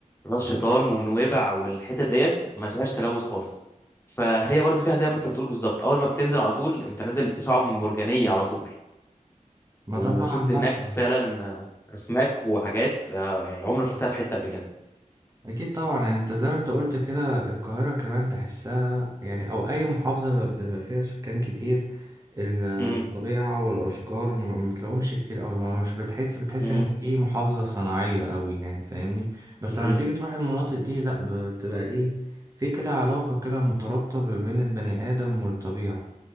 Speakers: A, on the left; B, on the right.
A: راس شيطان ونويبع والحتت ديت ما فيهاش تلوث خالص فهي برضو فيها زي ما انت بتقول بالظبط اول ما بتنزل على طول انت نازل في شعاب مرجانية على طول
B: ما
A: وشفت
B: ده طبعا
A: هناك
B: تحفه
A: فعلا آه، اسماك وحاجات آه، يعني عمري ما شفتها في حته قبل كده
B: اكيد طبعا يعني انت زي ما انت قلت كده القاهره كمان تحسها يعني او اي محافظه بيبقى فيها سكان كتير الطبيعه
A: امم
B: والاشجار ما ما بتلاقوهمش كتير قوي ما مش بتحس بتحس
A: امم
B: ان دي محافظه صناعيه قوي يعني فاهمني بس
A: امم
B: لما تيجي تروح المناطق دي لا بتبقى ايه في كده علاقه كده مترابطه ما بين البني ادم والطبيعه